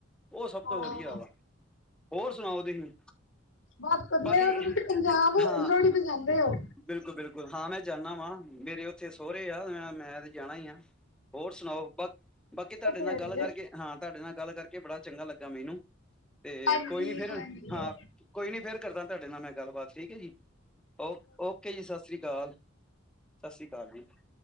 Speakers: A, in the centre; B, on the left.
A: ਉਹ ਸਭ ਤੋਂ
B: ਹਾਂ
A: ਵਧੀਆ ਵਾ ਹੋਰ ਸੁਣਾਓ ਤੁਸੀਂ
B: ਬਸ ਵਧੀਆ
A: ਬਾਕੀ
B: ਤੁਸੀਂ ਪੰਜਾਬ
A: ਹਾਂ
B: ਲੋਹੜੀ ਤੇ ਜਾਂਦੇ ਹੋ
A: ਬਿਲਕੁਲ ਬਿਲਕੁਲ ਹਾਂ ਮੈਂ ਜਾਂਦਾ ਵਾ ਮੇਰੇ ਉੱਥੇ ਸੋਹੁਰੇ ਆ ਮੈਂ ਤੇ ਜਾਣਾ ਹੀ ਆ ਹੋਰ ਸੁਣਾਓ ਬਾ ਬਾਕੀ ਤੁਹਾਡੇ
B: ਹਾਂਜੀ
A: ਨਾਲ ਗੱਲ ਕਰਕੇ ਹਾਂ ਤੁਹਾਡੇ ਨਾਲ ਗੱਲ ਕਰਕੇ ਬੜਾ ਚੰਗਾ ਲੱਗਾ ਮੈਨੂੰ ਤੇ
B: ਹਾਂਜੀ
A: ਕੋਈ ਨੀ ਫਿਰ
B: ਹਾਂਜੀ
A: ਹਾਂ ਕੋਈ ਨੀ ਫੇਰ ਕਰਦਾ ਤੁਹਾਡੇ ਨਾਲ ਮੈਂ ਗੱਲਬਾਤ ਠੀਕ ਏ ਜੀ ਓ ਓਕੇ ਜੀ ਸਤਿ ਸ਼੍ਰੀ ਅਕਾਲ ਸਤਿ ਸ਼੍ਰੀ ਅਕਾਲ ਜੀ